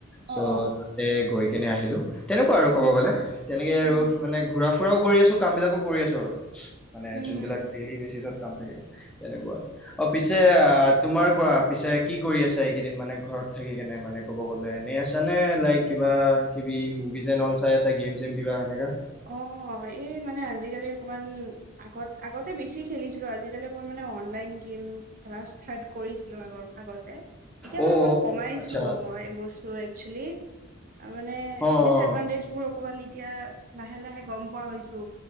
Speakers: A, in the centre; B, on the right (about 40°).
A: চ'
B: অ অ
A: তাতে গৈ কেনে আহিলো তেনেকুৱা আৰু
B: উম
A: কব
B: উম
A: গলে তেনেকে
B: উম
A: আৰু মানে। ঘূৰা ফুৰাও কৰি আছো কাম বিলাকো কৰি আছো আৰু মানে
B: উম
A: যোনবিলাক
B: উম
A: ডেইলি বেচিছত কাম থাকে। তেনেকুৱা। অ পিছে আহ তোমাৰ কোৱা পিছে কি কৰি আছে এইকেইদিন মানে ঘৰত থাকি কেনে মানে? ক'ব গ'লে এনেই আছা নে লাইক কিবা কিবি মুভিজ এন অল চাই আছা গেম চেম কিবা সেনেকা
B: অহ এই মানে আজিকালি অকণমান। আগত আগতে বেছি খেলিছিলো আজিকালি অকমান মানে অনলাইন গেম। খেলা ষ্টাৰ্ট কৰিছিলো আগৰ আগতে। এতিয়া মানে
A: অ
B: অকমান
A: অ
B: কমাইছো
A: আচ্ছা
B: মই বস্তু একচেলি। তা মানে
A: অ
B: ডিচএডভানটেজ
A: অ
B: বোৰ অকমান এতিয়া লাহে লাহে গম পোৱা হৈছো।